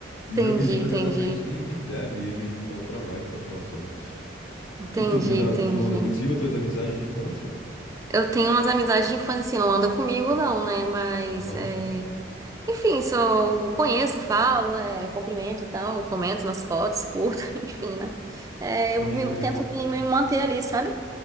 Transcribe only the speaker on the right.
Entendi,
entendi.
Entendi,
entendi.
Eu tenho umas amizades de infância, assim, não anda comigo, não, né? Mas
é, Enfim, só conheço, falo, né, cumprimento e tal, comento nas fotos, curto, <laughs> enfim, né? É,
eu me-
tento me me manter ali, sabe?